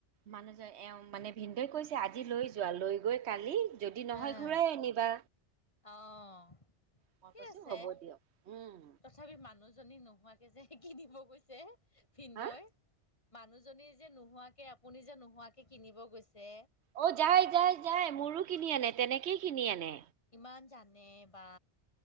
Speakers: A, on the right; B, on the left.
A: মানুহজন, এওঁ মানে ভিনদেউৱে কৈছে আজি লৈ যোৱা, লৈ গৈ কালি যদি নহয়
B: অ',
A: ঘূৰাই আনিবা
B: অ'। ঠিকে
A: মই কৈছো
B: আছে
A: হ'ব দিয়ক উম
B: তথাপি মানুহজনী নোহোৱাকে যে শিকি দিব গৈছে ভিনন্দই।
A: হা
B: মানুহজনী যে নোহোৱাকে আপুনি যে নোহোৱাকে কিনিব গৈছে
A: অ' যায় যায় যায় মোৰো কিনি আনে তেনেকেই কিনি আনে
B: ইমান জানে বা